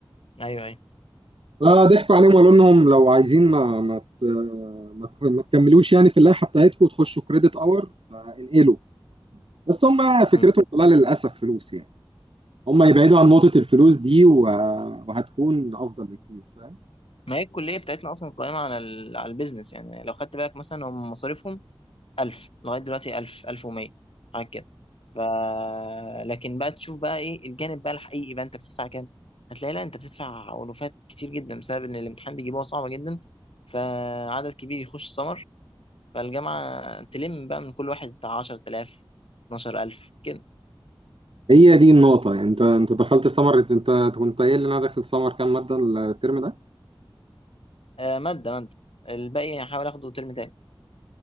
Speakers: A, on the left; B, on the right.
A: ايوه ايوه
B: فضحكوا عليهم وقالوا لهم لو عايزين ما ما ت- ما تخ- ما تكملوش يعني في اللائحة بتاعتكم وتخشوا كريدت اور فانقلوا بس هم فكرتهم
A: امم
B: كلها للأسف فلوس يعني هم يبعدوا عن نقطة الفلوس دي وه- وهتكون أفضل بكتير فاهم
A: ما هي الكليه بتاعتنا اصلا قائمه على ال... على البيزنس يعني لو خدت بالك مثلا هم مصاريفهم 1000 لغايه دلوقتي 1000 1100 حاجه كده ف لكن بقى تشوف بقى ايه الجانب بقى الحقيقي بقى انت بتدفع كام هتلاقي لا انت بتدفع ألوفات كتير جدا بسبب ان الامتحان بيجيبوها صعبه جدا فعدد كبير يخش سمر فالجامعه تلم بقى من كل واحد بتاع 10000 12000 كده
B: هي دي النقطة يعني أنت أنت دخلت سمر أنت أنت كنت قايل لي إن أنا داخل سمر كام مادة الترم ده
A: آه ماده ماده الباقي هحاول اخده ترم تاني